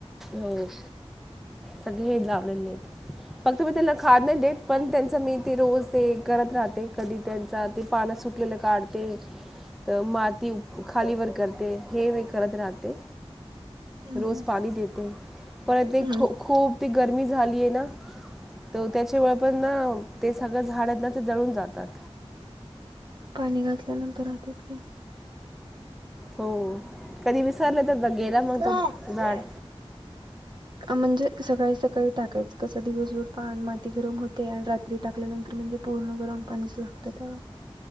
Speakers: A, in the centre; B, on the right.
A: हो सगळे लावलेले फक्त मी त्यांना खाद नाही देत पण त्यांच मी ते रोज ते करत राहते कधी त्यांचा ते पाना सुटलेलं काढते तर माती खालीवर करते हे मी करत राहते
B: हम्म
A: रोज पाणी देते पर ते
B: हम्म
A: खू खूप गरमी झालीय ना तर त्याच्या मुळे पण ना ते सगळ झाड आहेत ना ते जळून जातात
B: पाणी घातल्यानंतर राहतात की
A: हो कधी विसरलं तर बग गेला मग
B: काय?
A: तो झाड
B: म्हणजे सकाळी सकाळी टाकायचं कस दिवसभर पा माती गरम होते आणि रात्री टाकल्यानंतर म्हणजे पूर्ण गरम पाणीच लागत त्या